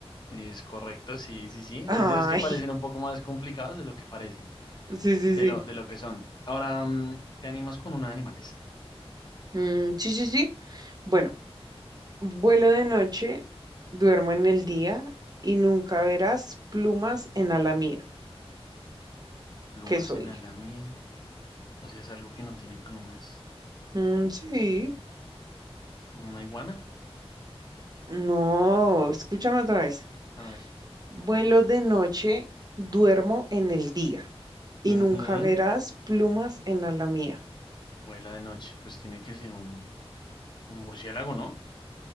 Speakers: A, on the left (about 45°); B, on the right (about 40°).
A: es correcto, sí, sí, sí.
B: Ay,
A: Es de los que parecen un poco más complicados de lo que parecen,
B: <laughs> sí, sí,
A: de
B: sí.
A: lo, de lo que son. Ahora, mm, te animas con una de animales.
B: Mm, sí, sí, sí. Bueno, vuelo de noche, duermo en el día y nunca verás plumas en ala mía.
A: Plumas
B: ¿Qué soy?
A: en la mía. O sea, es algo que no tiene plumas.
B: Mm, sí.
A: ¿Una iguana?
B: No, escúchame otra vez.
A: A ver.
B: Vuelo de noche, duermo en el día y
A: Ujú.
B: nunca verás plumas en ala mía.
A: Vuela de noche, pues tiene que ser un, un murciélago, ¿no?